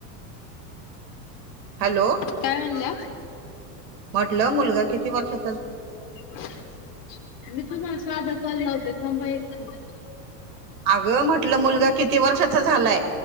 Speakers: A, on the right; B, on the left.
A: हॅलो
B: काय म्हणल्या
A: म्हटलं मुलगा किती वर्षा
B: मी तुम्हाला साधा कॉल लावते थांबा एक मीनीटं
A: अगं म्हटलं मुलगा किती वर्षाचा झालाय